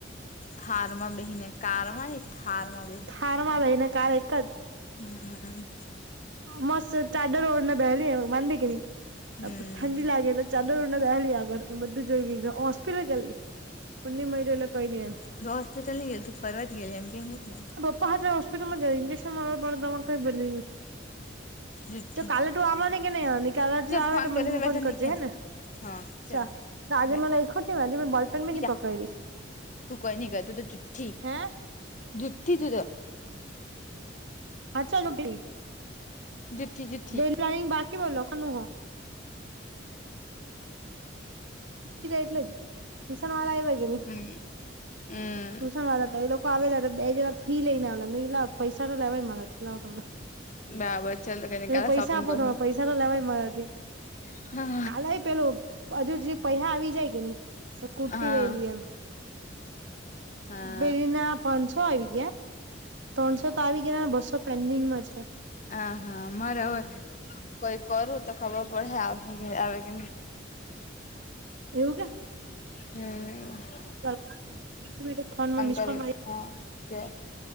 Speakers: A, on the left; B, on the right.
A: થારમા બેહીને કારમા ની થારમા
B: થારમાં બેહી ને કાર એક જ
A: હમ હમ હમ
B: મસ્ત ચાડર ઓડને બેહલી માંડી કે ની
A: હમ
B: ઠંડી લાગે એટલે ચાદરર ઓરને બેહેલી આગળ બધું જોઈ લીધું હોસ્પિટલ ગેલી <unintelligible> એટલે કઈ નને એમ
A: તો હોસ્પિટલ ને ગેલી તું ફરવા જ ગેલી એમ કેય મૂકની
B: <unintelligible> હોસ્પિટલમાં ગેલી ઇજેક્શન મારવા પડે <unintelligible>
A: જુઠ્ઠી
B: જો કાલે તું આવવાની કે નઈઆવાની કાલે જો
A: ચાલ
B: આવે
A: ફોન
B: તો મને
A: કરે મે
B: ફોન
A: તને
B: કરજે
A: કેમ
B: હે ને
A: હા ચાલ
B: ચા તો આજે
A: બાય
B: મેં લયખું જ ની આજે મેં બોલપેન બી ની
A: જા
B: પકયડી
A: તું કઈ નઈ કર તું તો જુઠ્ઠી
B: હે
A: જુઠ્ઠી તું તો
B: <unintelligible>
A: જુઠી જુ
B: <unintelligible> પૈસા લીધા એટલે ટુશન વાળા આયવ કેની ટુશન
A: હમ હમ
B: વાળા તો એ લોકો આવેલા બે જેવા ફી લઈને આવલા મેં કીધું લાવ પૈસા તો લેવાય મારાથી લાવ તમને
A: <unintelligible> કાલે
B: પૈસા
A: શોપિંગ
B: આપો
A: કરું
B: પૈસા તો લેવાય મારાથી
A: હા
B: કાલે પેલું હજુ જે પૈસા આવી જાય કે ની તો કુર્તી
A: હા
B: લઈ લઈએ એમ
A: હા
B: પેલી ના પાંચસો આવી ગયા ત્રણસો તો આવી ગયા બસો પેન્ડિંગમાં છે.
A: હ હા મારે હવે કોઈ કરું તો ખબર પડે આવહે આવે કેને
B: એવું કે
A: હમ્મ
B: ચાલ <unintelligible> ફોનમાં મિસ્કોલ
A: કરું હા ચાલ